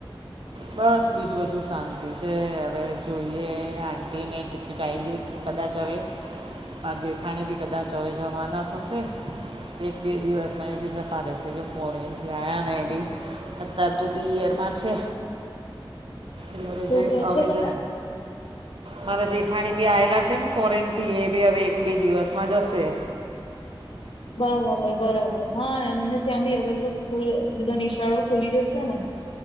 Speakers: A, on the right (about 70°); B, on the left (about 75°).
A: બસ બીજું બધું શાંતિ છે હવે જોઈએ આંટીને ટિકિટ આઈ ગઈ? કદાચ હવે મા જેેઠાણી બી કદાચ હવે જોવાના થસે? એક બે દિવસમા એ બી જતા રેશે જે ફોરેનથી આયા ને એ બી અતાર તો પીયરમાં છે. હવે
B: શું
A: જઈ
B: કેશો
A: હવે
B: તમે?
A: જ મારા જેઠાણી બી આવેલા છે ને ફોરેન થી, એ બી હવે એક બે દિવસમાં જશે.
B: બરાબર બરાબર હા એમને ત્યાં બી હવે તો સ્કૂલ બધા નિશાળો ખુલી જશે ને?